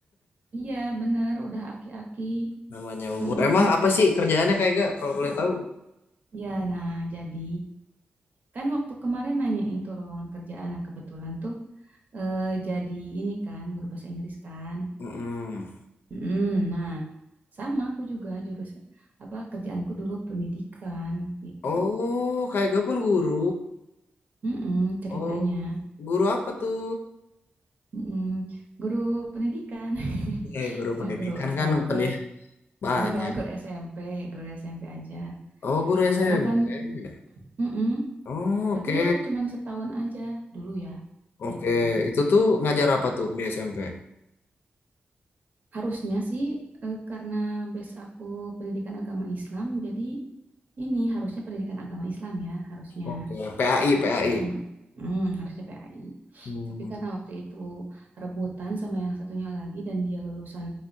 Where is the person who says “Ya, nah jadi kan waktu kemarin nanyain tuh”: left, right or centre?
Right